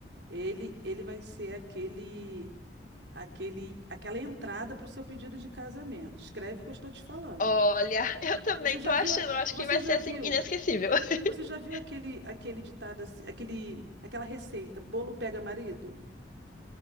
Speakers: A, on the right (about 85°); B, on the left (about 50°).
A: ele, ele vai ser aquele. aquele, aquela entrada para o seu pedido de casamento. Escreve o que eu estou te falando.
B: Olha, <laughs> eu também
A: Você já
B: tô achando,
A: viu,
B: eu acho
A: você
B: que vai
A: já
B: ser assim
A: viu,
B: inesquecível. <laughs>
A: você já viu aquele, aquele ditado, assim- aquele, aquela receita, bolo pega marido?